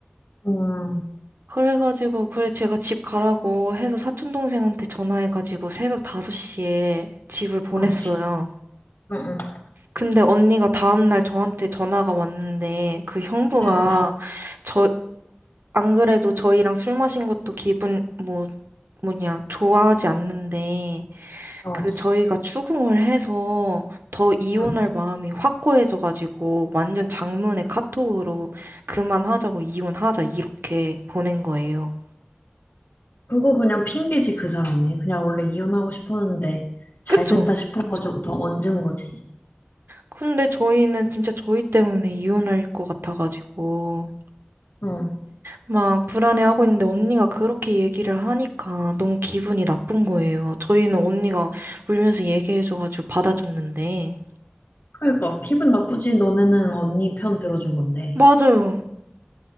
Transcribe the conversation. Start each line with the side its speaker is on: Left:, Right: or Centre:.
Left: 응,
Right: 그래가지고, 그래, 제가 집 가라고 해서 사촌동생한테 전화해가지고 새벽 5시에 집을 보냈어요.
Left: 어, 응, 응,
Right: 근데 언니가 다음날 저한테 전화가 왔는데 그 형부가
Left: 응,
Right: 저, 안 그래도 저희랑 술 마신 것도 기분, 뭐, 뭐냐, 좋아하지 않는데
Left: 어,
Right: 그 저희가 추궁을 해서 더 이혼할
Left: 응.
Right: 마음이 확고해져가지고 완전 장문의 카톡으로 그만하자고 이혼하자 이렇게 보낸 거예요.
Left: 그거 그냥 핑계지, 그 사람이. 그냥 원래 이혼하고 싶었는데 잘
Right: 그쵸?
Left: 됐다 싶어가지고 더 얹은 거지.
Right: 근데 저희는 진짜 저희 때문에 이혼할 것 같아가지고
Left: 응.
Right: 막 불안해하고 있는데 언니가 그렇게 얘기를 하니까 너무 기분이 나쁜 거예요. 저희는 언니가 울면서 얘기해줘가지고 받아줬는데
Left: 그러니까 기분 나쁘지. 너네는 언니 편 들어준 건데.
Right: 맞아요.